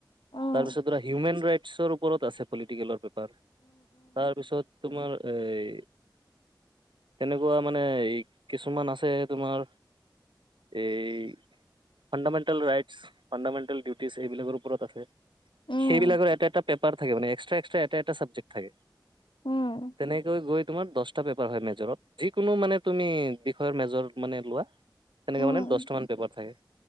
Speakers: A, on the left; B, on the right.
A: উম উম
B: তাৰপিছত হিউমেন ৰাইটচৰ ওপৰত আছে পলিটিকেলৰ পেপাৰ, তাৰপিছত তোমাৰ এই তেনেকুৱা মানে এই কিছুমান আছে তোমাৰ এই ফাণ্ডামেণ্টেল ৰাটচছ, ফাণ্ডামেণ্টেল ডিউটিছ সেইবিলাকৰ ওপৰত আছে।
A: উম উম
B: সেইবিলাকৰ এটা, এটা পেপাৰ থাকে মানে এক্সট্ৰা, এক্সট্ৰা এটা, এটা চাবজেক্ট থাকে।
A: উম,
B: তেনেকৈ হৈ তোমাৰ দছটা পেপাৰ হয়, মেজৰত যিকোনো মানে তুমি বিষয়ত মেজৰ মানে লোৱা তেনেকে
A: উম,
B: মানে দহটামান পেপাৰ থাকে।